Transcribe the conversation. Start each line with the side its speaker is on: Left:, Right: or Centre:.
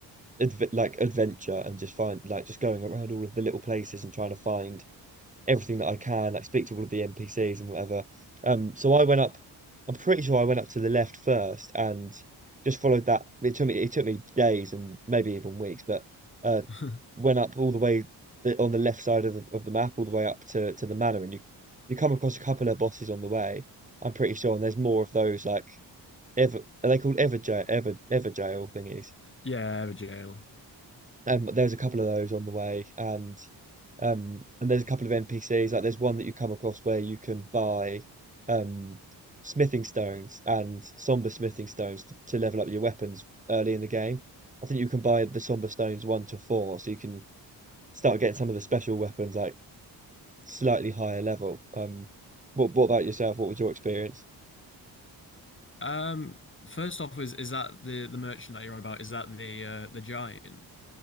Right: adve like adventure and just find like just going around all of the little places and trying to find everything that I can, like speak to all of the NPCs and whatever. Um, so I went up. I'm pretty sure I went up to the left first and just followed that. It took me it took me days and maybe even weeks, but uh,
Left: <laughs>
Right: went up all the way the, on the left side of the of the map, all the way up to to the manor, and you you come across a couple of bosses on the way. I'm pretty sure, and there's more of those like ever. Are they called ever jail ever ever jail thingies?
Left: Yeah, the jail.
Right: And there's a couple of those on the way, and Um, and there's a couple of NPCs, like there's one that you come across where you can buy um, smithing stones and somber smithing stones to, to level up your weapons early in the game. I think you can buy the somber stones one to four, so you can start getting some of the special weapons like slightly higher level. Um, what what about yourself? What was your experience?
Left: Um, first off, is is that the the merchant that you're on about? Is that the uh the giant?